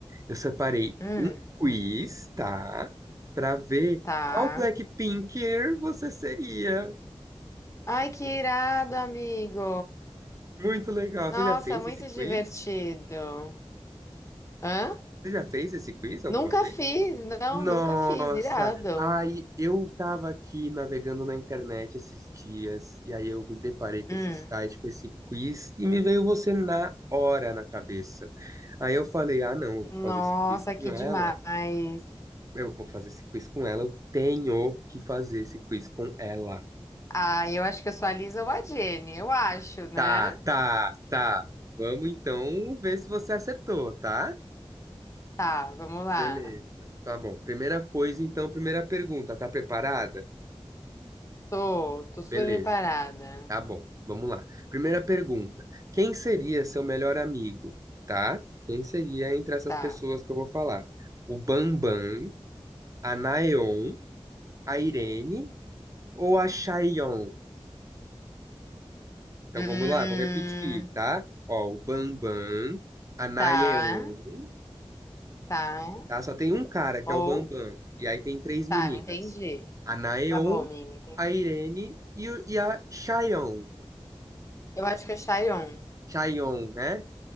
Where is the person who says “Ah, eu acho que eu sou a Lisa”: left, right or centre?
Left